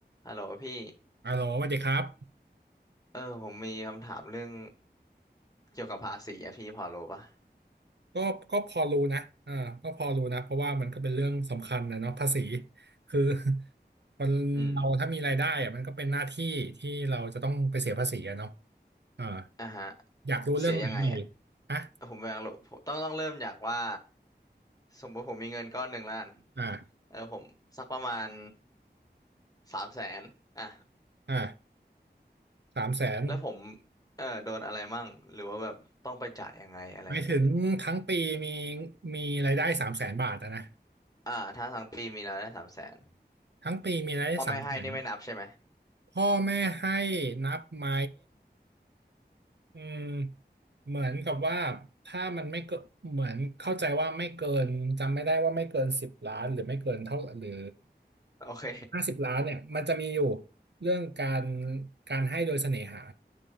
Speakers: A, on the left; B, on the right.
A: ฮัลโหลพี่
B: อ่าโหลสวัสดีครับ
A: เออผมมีคำถามเรื่องเกี่ยวกับภาษีอะพี่พอรู้ปะ
B: ก็ก็พอรู้นะอ่าก็พอรู้นะเพราะว่ามันก็เป็นเรื่องสำคัญนะเนาะภาษีคือ <laughs> คนเราถ้ามีรายได้อะมันก็เป็นหน้าที่ที่เราจะต้องไปเสียภาษีอะเนาะ
A: อืม
B: อ่า
A: อ่ะฮะ
B: อยากรู้เรื่องไหนเลย
A: เสียยังไงอะ
B: ฮะ
A: ผมอยากรู้ผมต้องต้องเริ่มจากว่าสมมุติผมมีเงินก้อนหนึ่งล้าน
B: อ่า
A: เออผมสักประมาณสามแสนอ่ะ
B: อ่าสามแสน
A: แล้วผมเออโดนอะไรมั่งหรือว่าแบบต้องไปจ่ายยังไงอะไรยังไง
B: หมายถึงทั้งปีมีมีรายได้สามแสนบาทอะนะ
A: อ่าถ้าทั้งปีมีรายได้สามแสน
B: ทั้งปีมีรายได้สามแสน
A: พ่อแม่ให้นี่ไม่นับใช่ไหม
B: พ่อแม่ให้นับไหม อืมเหมือนกับว่าถ้ามันไม่เกินเหมือนเข้าใจว่าไม่เกินจำไม่ได้ว่าไม่เกินสิบล้านหรือไม่เกินเท่าหรือ
A: โอเค
B: ห้าสิบล้านเนี่ยมันจะมีอยู่เรื่องการการให้โดยเสน่หา